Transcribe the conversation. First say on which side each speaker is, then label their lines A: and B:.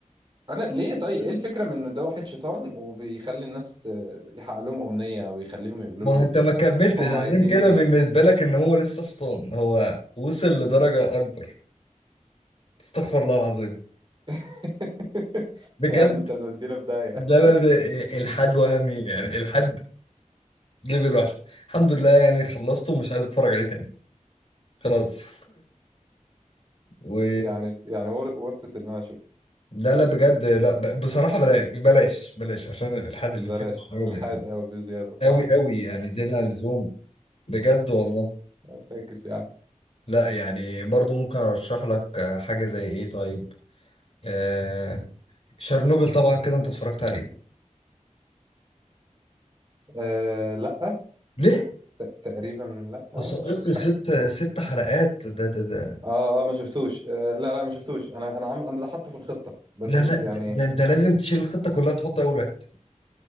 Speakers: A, on the right; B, on the left.
A: انا ليه طيب ايه الفكره من ان ده واحد شيطان وبيخلي الناس ت- يحقق لهم امنيه او يخليهم يقولوا
B: ما
A: له
B: هو انت ما كملتش
A: هم
B: عشان
A: عايزين
B: كده
A: ايه
B: بالنسبة لك ان هو لسه شيطان هو وصل لدرجة اكبر استغفر الله العظيم
A: <laughs>
B: بجد
A: يا عم انت هتودينا في داهيه
B: لا لا لا الحاد وهمي يعني الحاد ليفل وحش الحمد لله يعني خلصته مش عايز اتفرج عليه تاني خلاص <laughs> و
A: يعني يعني ورثة ان انا اشوف
B: لا لا بجد لا ب- بصراحة بلاش بلاش بلاش عشان الالحاد
A: بلاش
B: اللي فيه مش قوي
A: الحاد
B: يعني
A: قوي بزياده صح
B: قوي قوي يعني زيادة عن اللزوم بجد
A: <laughs>
B: والله
A: فاكس يعني
B: لا يعني برضو ممكن ارشح لك آه، حاجة زي ايه طيب آه، شرنوبل طبعا كده انت اتفرجت عليه
A: آه لا
B: ليه
A: ت- تقريبا لا
B: وثائقي
A: مش مش
B: اه ست
A: عارف
B: ست حلقات ده ده ده
A: اه اه ما شفتوش آه لا لا ما شفتوش انا انا عامل انا ده حاطه في الخطه بس
B: لا
A: يعني
B: لا ده, ده انت لازم تشيل الخطة كلها تحط اول واحد